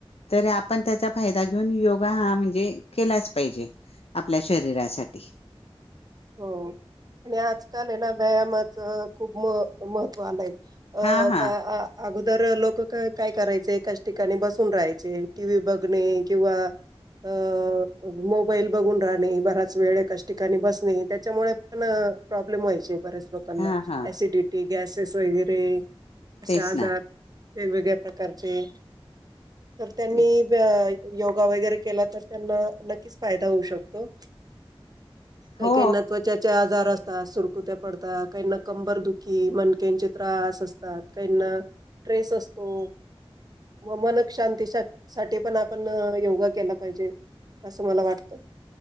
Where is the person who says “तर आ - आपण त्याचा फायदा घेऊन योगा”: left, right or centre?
Left